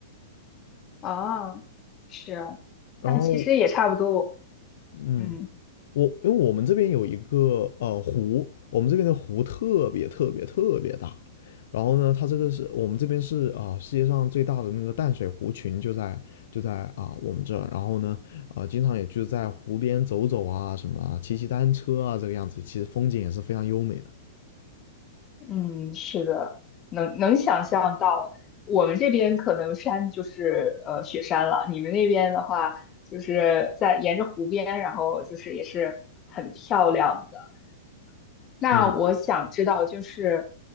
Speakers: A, on the left; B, on the left.
A: 啊，是，
B: 然后
A: 那其实也差不多。
B: 嗯，
A: 嗯
B: 我因为我们这边有一个呃湖，我们这边的湖特别特别特别大。然后呢，它这个是我们这边是啊、呃世界上最大的那个淡水湖群就在就在啊、呃我们这儿。然后呢，啊、呃经常也就在湖边走走啊，什么啊骑骑单车啊，这个样子，其实风景也是非常优美的。
A: 嗯，是的，能能想象到，我们这边可能山就是呃雪山了，你们那边的话就是在沿着湖边，然后就是也是很漂亮的。那我想知道，
B: 美，
A: 就是，